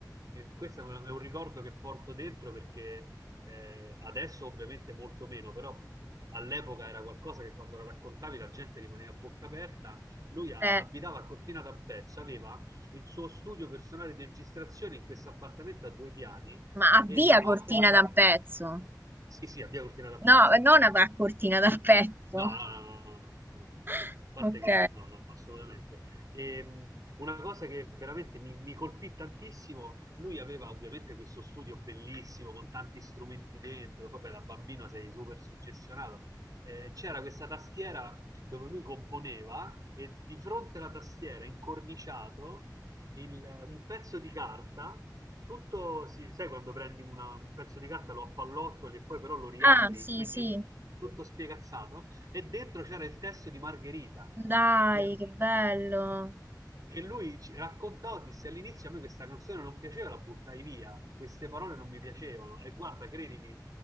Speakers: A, on the right; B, on the right.
A: eh, questo è un, è un ricordo che porto dentro perché eh, adesso ovviamente molto meno, però all'epoca era qualcosa che quando lo raccontavi la gente rimaneva a bocca aperta. Lui a-
B: Eh,
A: abitava a Cortina d'Ampezzo, aveva il suo studio personale di registrazione in questo appartamento a due piani
B: ma avvia
A: e davanti
B: Cortina
A: alla... ta-
B: da un pezzo.
A: Sì, sì, a via Cortina d'Ampezzo.
B: No, non avrà Cortina da un pezzo.
A: No, no, no, no, no, no.
B: <laughs>
A: no. A parte
B: Ok.
A: che no, no, assolutamente. Ehm, una cosa che veramente mi, mi colpì tantissimo, lui aveva ovviamente questo studio bellissimo con tanti strumenti dentro, poi beh, da bambino sei super suggestionato. Eh, c'era questa tastiera dove lui componeva e di fronte alla tastiera, incorniciato, il- un pezzo di carta, tutto, si- sai quando prendi una- un pezzo di carta, lo appallottoli e poi però lo riapri,
B: Ah, sì,
A: quindi
B: sì.
A: tutto spiegazzato. E dentro c'era il testo di Margherita,
B: Dai,
A: di Al-
B: che bello.
A: che lui ci raccontò, disse all'inizio a me questa canzone non piaceva, la buttai via, queste parole non mi piacevano. E guarda, credimi,